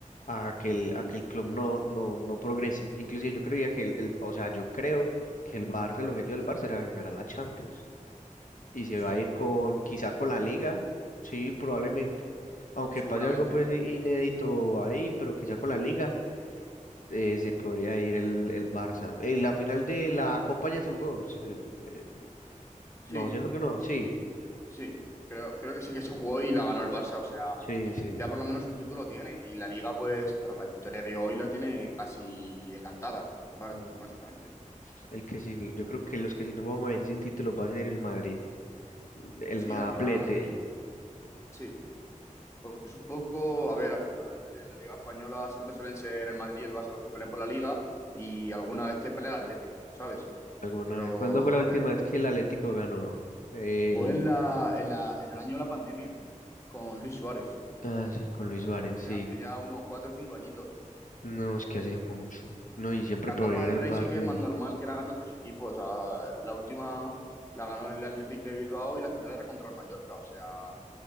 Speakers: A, on the left; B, on the left.
A: a que el, a que el club no, no, no progrese. Inclusive yo creía que el, el- o sea, yo creo que el Barça, el objetivo del Barça era ganar la Champions. Y se
B: sí,
A: va a ir con, quizá con la Liga, sí, probablemente. Aunque
B: seguramente.
A: pase algo pues inédito ahí, pero quizá con la Liga eh, se podría ir el, el Barça. Eh, la final de la Copa ya se jugó. se- eh,
B: Sí,
A: no, ¿cierto que no?
B: y
A: Sí.
B: sí, creo, creo que sí que se jugó y la ganó el Barça, o sea,
A: Sí, sí.
B: ya por lo menos un título tiene y la Liga, pues, tras la victoria de hoy la tiene casi decantada, ¿vale?
A: ujú.
B: Básicamente.
A: El que sí, yo creo que los que sí nos vamos a ir sin títulos va a ser el Madrid, el
B: Sí,
A: Madaplete.
B: al final, sí. Pues un poco, a ver, al final en la Liga Española siempre suelen ser el Madrid y el Barça los que pelean por la Liga y alguna vez te pelea el Atlético, ¿sabes?
A: <laughs> ¿Alguna
B: Pero,
A: vez? ¿Cuándo fue la última
B: a ver,
A: vez que el Atlético ganó? El...
B: pues en la, en la, en el año de la pandemia, con Luis Suárez,
A: Ah, sí, con Luis
B: que
A: Suárez, sí.
B: hace ya unos cuatro o cinco añitos.
A: No, es que hace mucho. No, y siempre
B: La
A: proviene
B: Copa del
A: el
B: Rey
A: Barça.
B: sí que es más
A: el-
B: normal que la ganen otros equipos. O sea, la última la ganó el Athletic de Bilbao y la final era contra el Mallorca. O sea,